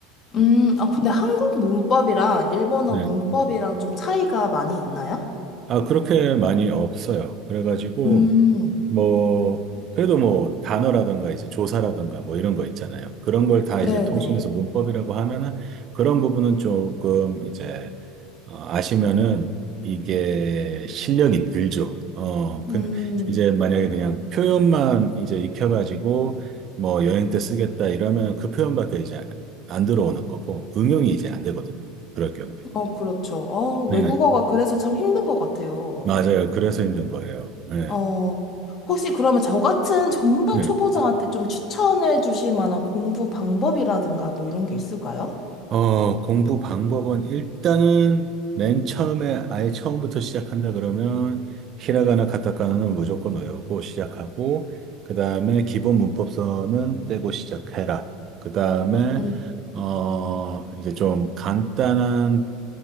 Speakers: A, on the right (about 40°); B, on the left (about 35°).
A: 네.
B: 음, 아, 근데 한국 문법이랑 일본어
A: 네.
B: 문법이랑 좀 차이가 많이 있나요?
A: 아, 그렇게 많이 없어요. 그래가지고,
B: 음,
A: 뭐, 그래도 뭐, 단어라든가 이제 조사라든가 뭐 이런 거 있잖아요. 그런 걸 다
B: 네네.
A: 이제 통칭해서 문법이라고 하면은 그런 부분은 조금 이제 어, 아시면은 이게 실력이 늘죠. 어, 근
B: 음,
A: 이제 만약에 그냥 표현만 이제 익혀가지고 뭐 여행 때 쓰겠다 이러면 그 표현밖에 이제 안 들어오는 거고 응용이 이제 안 되거든요. 그럴 경우에.
B: 어, 그렇죠. 어,
A: 네,
B: 외국어가 그래서 참 힘든 것 같아요.
A: 맞아요. 그래서 힘든 거예요. 네,
B: 어, 혹시 그러면 저 같은 정말
A: 네.
B: 초보자한테 좀 추천해 주실 만한 공부 방법이라든가 뭐 이런 게 있을까요?
A: 어, 공부 방법은 일단은 맨 처음에 아예 처음부터 시작한다 그러면 히라가나 가타카나는 무조건 외우고 시작하고 그 다음에 기본 문법서는 떼고 시작해라. 그 다음에
B: 음,
A: 어 이제 좀 간단한